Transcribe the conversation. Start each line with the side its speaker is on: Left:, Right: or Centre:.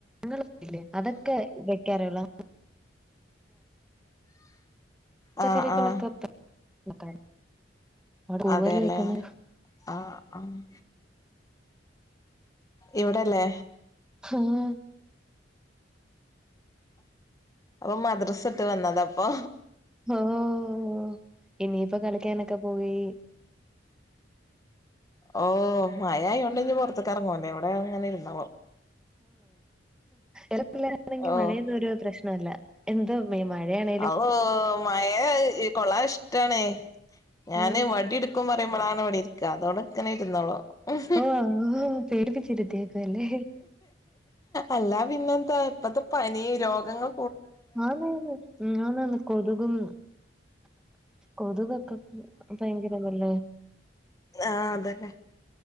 Centre: ഞങ്ങല്ലേ അതൊക്കെ വെക്കാറേള്ള <inaudible> പച്ചക്കറികളൊക്കെ
Left: ആഹ് ആഹ്
Centre: അവിടെ പൂവല
Left: അതെല്ലേ
Centre: കേക്കുന്ന
Left: ആഹ് ആഹ് ഇവിടെല്ലേ
Centre: ഉം
Left: ഓൻ മദ്രസ് ഇട്ട് വന്നതാ ഇപ്പൊ
Centre: ഓഹ് ഇനിയിപ്പോ കളിക്കാനൊക്കെ പോയി
Left: ഓ മയായോണ്ട് ഇഞ്ഞ് പുൊറത്തക്ക ഇറങ്ങുവന്നല്ല എവിടെ അങ്ങന ഇരുന്നാ
Centre: ആപിള്ളേരാണെങ്കിൽ
Left: ഓഹ്
Centre: മഴ ഒരു പ്രശ്നമല്ല എന്ത മഴന്നേ
Left: ആ ഓ മഴ ഈ കൊള്ളാൻ ഇഷ്ടാ ണ ഞാന്
Centre: ആഹ്
Left: വടി ഇടുക്കും ക്കും പറുമ്പോഴാണ് ഇവിടെ ഇരിക്കഅതോടെ ഇക്കനെ ഇുരുന്നോളൂ കു
Centre: ഓ ഓ പേടിപ്പിചിരിത്തിയക്കലെ
Left: അല്ല പിന്നെന്താ ഇപ്പത്തെ പനി രോഗങ്ങള
Centre: ആനന്ന് ആനാണ് കൊതുകും കൊതുകൊക്കെ ഭയങ്കര തല്ലേ
Left: ആ അതന്നെ